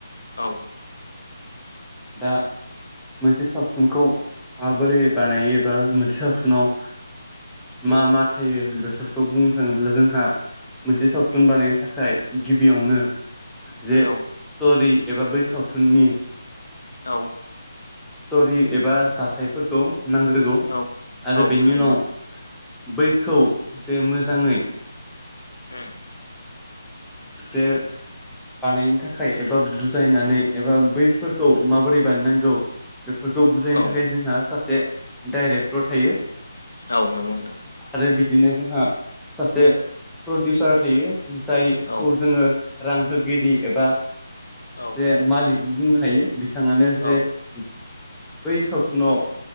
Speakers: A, on the left (about 75°); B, in the centre.
A: औ
B: दा मोनसे सावथुनखौ माबोरै बानायोबा मोनसे सावथुनाव मा मा थायो बेफोरखौ बुंनो थाङोब्ला जोंहा मोनसे सावथुन
A: उम
B: बानायनो थाखाय गिबियावनो जे
A: औ
B: स्ट'रि एबा बै सावथुननि
A: औ
B: स्टरि एबा जाथायफोरखौ नांग्रोगौ
A: औ
B: आरो
A: औ
B: बेनि
A: थारैनो
B: उनाव बैखौ जे मोजाङै
A: उम
B: से बानायनो थाखाय एबा बुजायनानै एबा बैफोरखौ माबोरै बानायनांगौ? बेफोरखौ बुजायनो
A: औ
B: थाखाय जोंहा सासे डाइरेक्टर थायो।
A: औ नंगौ नोंथां।
B: आरो बिदिनो जोंहा सासे प्रडिउसार थायो। जायखौ
A: औ
B: जोङो रां होगिरि एबा
A: औ
B: जे मालिक बुंनो हायो बिथाङानो जे
A: औ
B: बै सावथुनाव